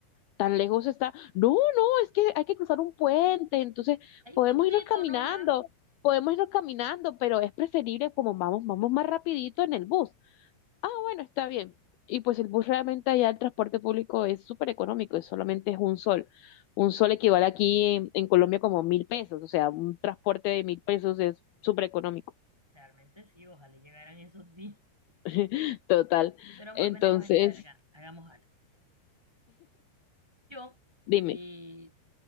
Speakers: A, on the left; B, in the centre.
A: Tan lejos está. No, no, es que hay que cruzar un puente, entonces
B: Ahí
A: podemos
B: me meto
A: irnos caminando,
B: nomás.
A: podemos irnos caminando, pero es preferible como vamos, vamos más rapidito en el bus. Ah, bueno, está bien. Y pues el bus realmente allá, el transporte público es súper económico, es solamente es un sol. Un sol equivale aquí en, en Colombia como mil pesos, o sea, un transporte de mil pesos es súper económico.
B: Realmente sí, ojalá llegaran esos días.
A: <laughs> Total.
B: Pero amor,
A: Entonces,
B: ven acá, ven acá, ven acá. Hagamos algo. Yo
A: dime.
B: eh,